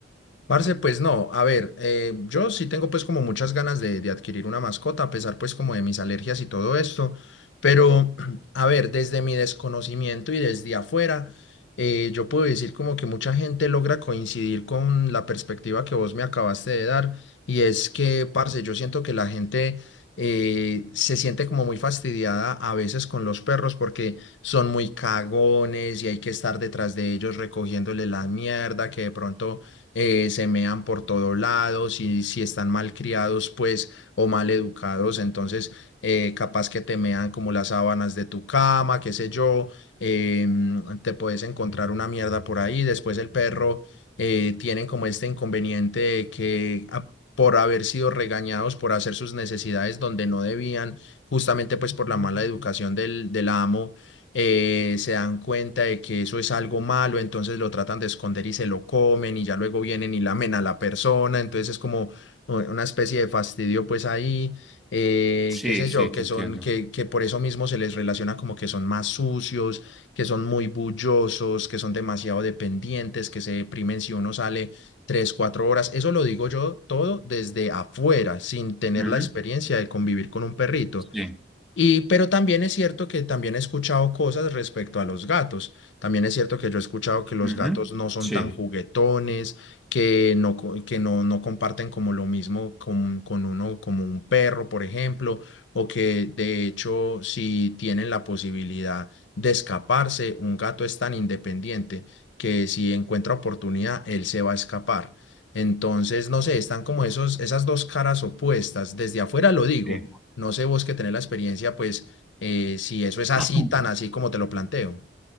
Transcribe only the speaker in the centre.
Sí,
sí,
te entiendo.
Ujú,
Sí,
ujú,
sí,
sí.
<laughs>
<clears throat>